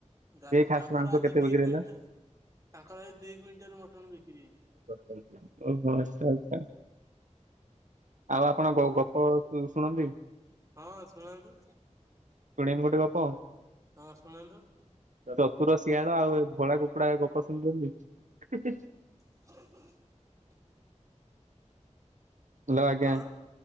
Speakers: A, on the right; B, on the right.
A: ଗାଲୁ
B: ସେଇ ଖାସି
A: ତାଙ୍କର
B: ମାଂସ
A: ଆଜି
B: କେତେ
A: ଦି
B: ବିକ୍ରି
A: କୁଇଣ୍ଟାଲ
B: ହେଲା
A: ତାଙ୍କର ଆଜି ଦି କୁଇଣ୍ଟାଲ ମଟନ ବିକ୍ରି ହେଇଛି।
B: ଓହୋ ଆଚଛା ଆଚ୍ଛା ଆଉ ଆପଣ ଗପ
A: ହଁ
B: ଶୁଣନ୍ତି
A: ହଁ ଶୁଣାନ୍ତୁ।
B: ଶୁଣେମୀ ଗଟେ ଗପ।
A: ହଁ ଶୁଣାନ୍ତୁ।
B: ଚତୁର ଶିଆଳ ଆଉ ଭୋଳା କୁକୁଡା ଗପ ଶୁଣିଛନ୍ତି?
A: <inaudible>
B: ହଲୋ ଆଜ୍ଞା
A: କଣ?